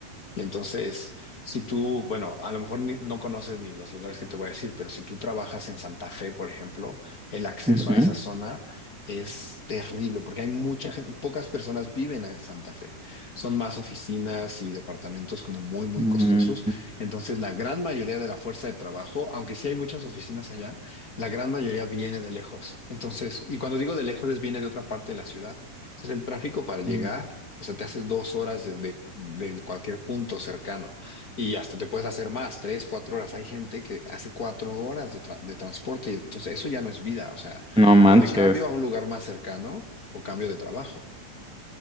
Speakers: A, on the left; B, in the centre.
A: Y entonces, si tú, bueno, a lo mejor ni- no conoces ni los lugares que te voy a decir, pero si tú trabajas en Santa Fe, por ejemplo, el acceso
B: Ujú.
A: a esa zona es terrible porque hay mucha gente, pocas personas viven en Santa Fe. Son más oficinas y departamentos como muy, muy
B: Mm,
A: costosos. Entonces, la gran mayoría de la fuerza de trabajo, aunque sí hay muchas oficinas allá, la gran mayoría viene de lejos. Entonces, y cuando digo de lejos, es viene de otra parte de la ciudad. Entonces, el tráfico para llegar
B: mm,
A: o sea, te haces dos horas desde, desde cualquier punto cercano y hasta te puedes hacer más, tres, cuatro horas. Hay gente que hace cuatro horas de, tra- de transporte y entonces eso ya no es vida. O sea,
B: No manches,
A: o me cambio a un lugar más cercano o cambio de trabajo.